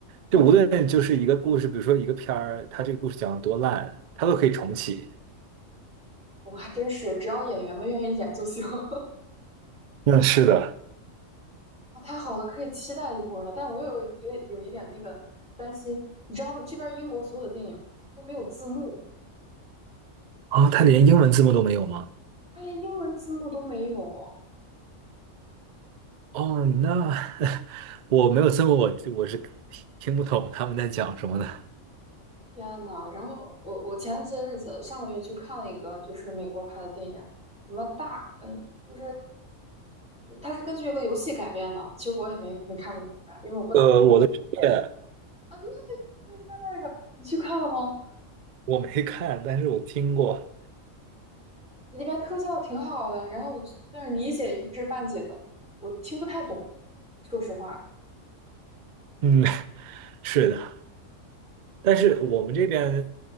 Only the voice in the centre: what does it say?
嗯，
嗯我还真是，只要演员们愿意演就行。<laughs>
啊，太好了，可以期待一波了。但我又有有有一点那个担心，你知道吗？这边英国所有的电影都没有字幕，
它连英文字幕都没有。
天呐，然后我我前些日子上个月去看了一个就是美国拍的电影，什么大呃，就是呃它是根据一个游戏改编的，其实我也没没看明白，因为我不打那个游
啊。对对对对，就在那个你去看了吗？
里边特效挺好的，然后但是理解一知半解的，我听不太懂，说实话。